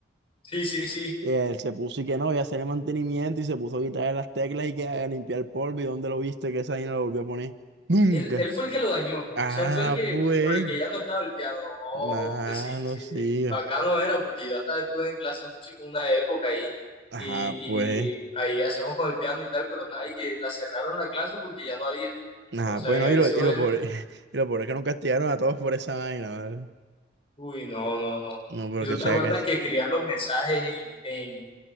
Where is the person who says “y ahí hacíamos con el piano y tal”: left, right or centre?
Left